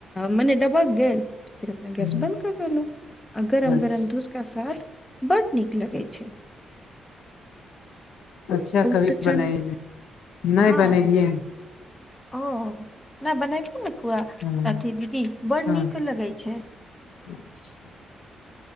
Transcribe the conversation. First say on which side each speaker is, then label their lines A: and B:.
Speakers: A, on the left; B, on the left.
A: मने डबक गेल फिर अपना गैस
B: हूँ
A: बन्द कर देेलो आ गरम
B: अच्छा
A: गरम धूसका साथ बड्ड नीक लगै छै
B: अच्छऽ
A: ओ
B: कभी
A: तऽ
B: भी
A: चनू
B: बनैयबै नय
A: हँ
B: बनेलियै
A: ओ नऽ बनेथिन नऽ फुआ
B: हँ
A: अथी दीदी बड़
B: हँ
A: नीक लगेय छै
B: <inaudible>